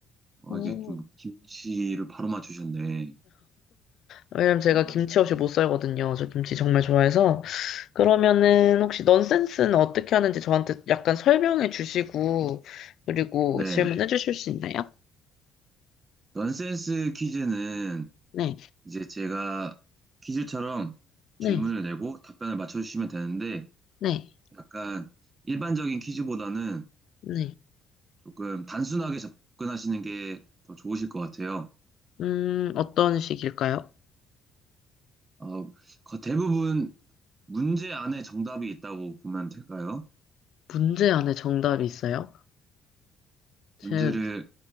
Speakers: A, on the right; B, on the left.
A: 어,
B: 오.
A: 이게 좀 김치를 바로 맞추셨네.
B: 왜냐면 제가
A: 어,
B: 김치 없이 못 살거든요. 저 김치 정말 좋아해서. 그러면은 혹시 넌센스는 어떻게 하는지 저한테 약간 설명해 주시고, 그리고
A: 네,
B: 질문해 주실 수 있나요?
A: 넌센스 퀴즈는
B: 네,
A: 이제 제가 퀴즈처럼
B: 네,
A: 질문을 내고 답변을 맞춰주시면 되는데,
B: 네,
A: 약간 일반적인 퀴즈보다는
B: 네.
A: 조금 단순하게 접근하시는 게 더 좋으실 것 같아요.
B: 음, 어떤 식일까요?
A: 어, 거- 대부분 문제 안에 정답이 있다고 보면 될까요?
B: 문제 안에 정답이 있어요? 제,
A: 문제를,